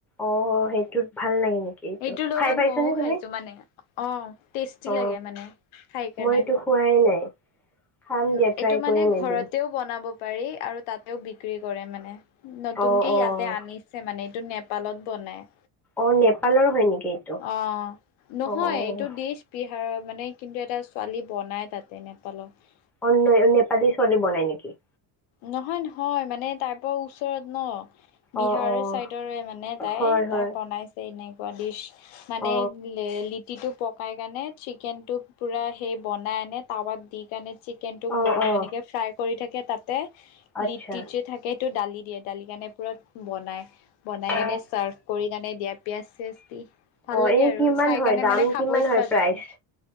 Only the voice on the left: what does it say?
এইটোৰ লগত
মইও
খাইছো মানে অ, টেষ্টি
লাগে মানে খাই কেনে।
উম
এইটো মানে
ঘৰতেও
বনাব পাৰি আৰু তাতেও বিক্ৰী কৰে মানে নতুনকে
ইয়াতে আনিছে মানে এইটো নেপালত বনাই।
অ নহয়
এইটো দিশ বিহাৰৰ মানে কিন্তু এটা ছোৱালী বনাই তাতে নেপালক।
নহয় নহয় মানে তাৰ পৰা ওচৰত ন। বিহাৰৰ
চাইদৰে মানে তাই
তাই বনাইছে এনেকুৱা দিচ। মানে
লে লিটিটোক পকাই কেনে চিকেনটো পুৰা সেই বনাই আনে টাৱাত দি কেনে চিকেনটো
গৰম
এনেকে ফ্ৰাই কৰি থাকে তাতে
লিট্টি যে থাকে এইটো দালি দিয়ে দালিকিণে পূৰা বনাই, বনাই
কেনে ছাৰ্ভ কৰি কেনে দিয়া পিয়াজ চিয়াচ ভাল
লাগে
আৰু
চাই
কিনে
মানে
খাব ইচ্ছা
যাব।